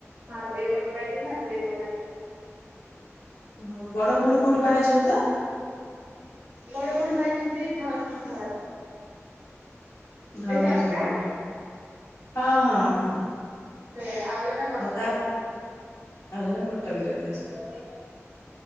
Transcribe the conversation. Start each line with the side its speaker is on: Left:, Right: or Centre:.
Right: ହଁ ଦି ଭଉଣୀ ବାହା ହେଇଛନ୍ତି ଆମେ ଦି ଭଉଣୀ ଅଛୁ।
Left: ଓହୋ ବଡ ଭଉଣୀ କୋଉଠି ବା ହେଇଛନ୍ତି ତ?
Right: ବଡ ଭଉଣୀ ବାହାହେଇଛନ୍ତି ଧର୍ମଶଳାରେ।
Left: ଧର୍ମଶାଳରେ
Right: ଜାରକା
Left: ହଁ ହଁ ହଁ।
Right: ହେଇଗଲା ଆଉ ଜଣେ କଟକ।
Left: ଆଉ ତା ଆଉ ଜଣେ କଟକରେ ବାହାହେଇଚି।
Right: <inaudible>